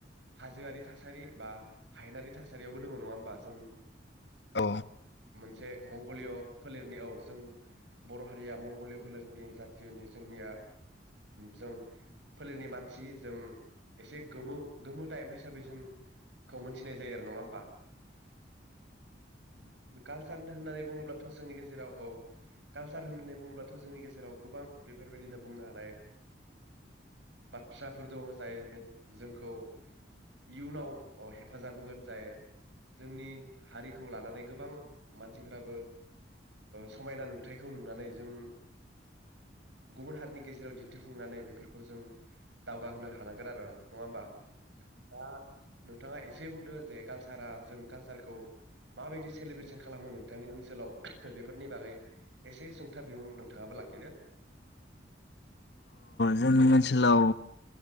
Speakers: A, on the right; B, on the left.
A: हाजोआरि थासारि बा हायेनारि थासारियावबो दङ नङा होमबा जों
B: औ
A: मोनसे मंगलिय फोलेरनि औ जों बर हारिया मंगलिय फोलेरनि जातियनि जोंनिया जों फोलेरनि मानसि जों एसे गोमो गोमो टाइप हिसाबै जोंखौ मोनथिनाय जायो आरो नङा होमबा कालसार होननानै बुङोब्लाथ जोंनि गेजेराव औ कालसार होननानै बुङोब्लाथ जोंनि गेजेराव गोबां बेफोरबायदिनो बुंनो हानाय बाथ्राफोर दङ जाय जोंखौ इयुनाव हेफाजाब होगोन जाय जोंनि हारिखौ लानानै गोबां मानसिफोराबो समायना नुथायखौ नुनानै जों गुबुन हारिनि गेजेराव दिन्थिफुंनानै बेफोरखौ जों दावगा होनोनो हानांगोन आरो नङा होमबा दा नोंथाङा एसे बुंदो जे कालसारा जों कालसारखौ माबायदि सेलेब्रेसन खालामो नोंथांनि ओनसोलाव बेफोरनि बागै एसे सुंथाब बिमुं नोंथाङाबो लाखिदो
B: जोंनि ओनसोलाव